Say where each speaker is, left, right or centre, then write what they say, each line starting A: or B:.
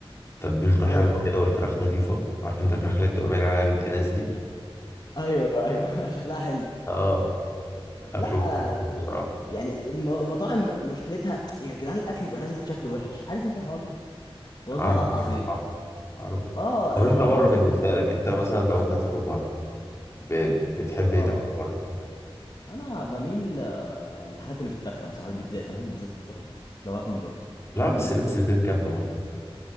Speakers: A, on the left; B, on the left.
A: تتبيلته حلوة
B: اه
A: كده والفراخ نظيفة عارف أنت الفراخ اللي بتبقى باين عليها بنت ناس دي
B: ايوه ايوه <laughs> شكلها حلو
A: اه أكله
B: لا
A: بيبقى
B: وتقو...
A: حلو بصراحة
B: يعني الم- المطاعم مشكلتها يا جدعان الاكل بيبقى نازل شكله وحش عارف انت الحوار ده والله
A: عارف
B: العظيم
A: عارف عارف عارف
B: اه
A: طب
B: الحوار
A: أنت بره
B: ده مستفز
A: بالنسبة
B: قوي
A: لك أنت مثلا لو أنت هتاكل بره ب- بتحب
B: اه
A: إيه تاكل بره؟
B: انا بميل آه، للحاجات اللي بتتخن بصراحه البيتزات انا بحب البيتزات قوي لو هاكل من بره
A: لا بس بيتزا البيت جامدة برضه